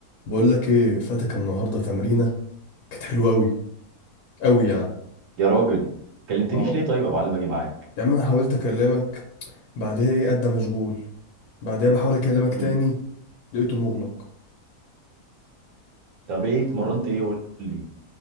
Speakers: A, on the left; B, on the right.
A: بقول لك ايه فاتك النهارده تمرينه كانت حلوه قوي قوي يعني
B: يا راجل كلمتنيش
A: اه
B: ليه طيب يا معلم اجي معاك
A: يا عم انا حاولت اكلمك بعدها ايه قد مشغول بعدها بحاول اكلمك
B: امم
A: تاني لقيته مغلق
B: طب ايه اتمرنت ايه قول لي